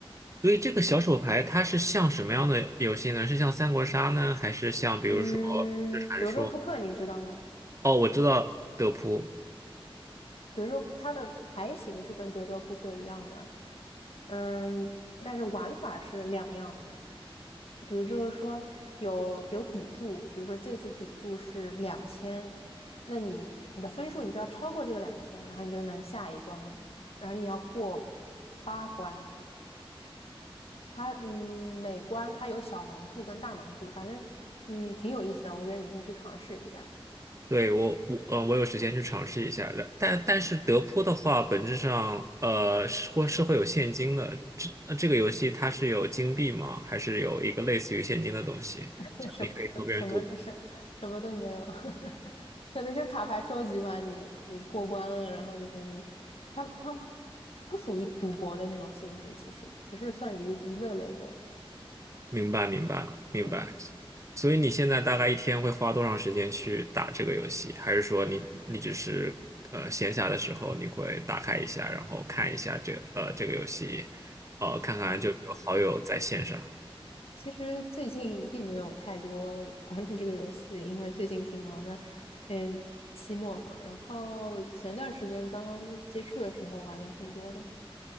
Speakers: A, on the right; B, on the left.
A: 所以这个小手牌它是像什么样的游戏呢？是像三国杀呢，还是像比如说
B: 嗯，
A: 是传说？
B: 德州扑克你知道吗？
A: 哦，我知道德扑。
B: 德州扑它的牌型是跟德州扑克一样的，嗯，但是玩法是两样的。比如就是说有有底注，比如说这次底注是两千，那你你的分数你就要超过这个两千，然后你就能下一关，然后你要过八关。它嗯每关它有小盲注跟大盲注，反正嗯挺有意思的，我觉得你可以去尝试一下。
A: 对，我我呃，我有时间去尝试一下，然但但是德扑的话，本质上呃是会是会有现金的。这呃这个游戏它是有金币吗？还是有一个类似于现金的东西？
B: <laughs> 那什么什么什么什什么都没有，
A: 这样你可以和别人赌。
B: <laughs> 可能就是卡牌收集吧。你你过关了，然后就给你，它它不属于赌博的那种性质，其实只是算娱娱乐类的。
A: 明白，明白，明白。
B: 对，
A: 所以你现在大概一天会花多长时间去打这个游戏？还是说你你只是呃闲暇的时候你会打开一下，然后看一下这呃这个游戏，呃看看就有好友在线上。
B: 嗯，其实最近并没有太多 <laughs> 关注这个游戏，因为最近挺忙的，嗯，期末嘛。然后前段时间刚刚接触的时候玩的挺多的，